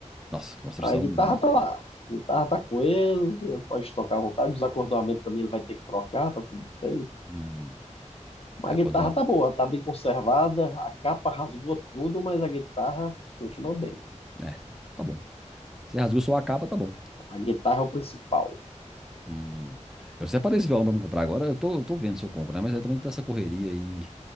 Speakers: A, in the centre; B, on the left.
A: Nossa, construção.
B: Aí a guitarra tá lá. A guitarra tá com ele, ele pode tocar à vontade. Desacordoamento também ele vai ter que trocar, tá tudo feio.
A: hum,
B: A
A: é, acordou.
B: guitarra
A: a-
B: tá boa, tá bem conservada, a capa rasgou tudo, mas a guitarra continuou bem.
A: É, tá bom. Você rasgou sua capa, tá bom.
B: A guitarra é o principal.
A: Hum. Eu separei esse violão pra me comprar agora. Eu tô, eu tô vendo se eu compro, né? Mas aí também tá essa correria aí.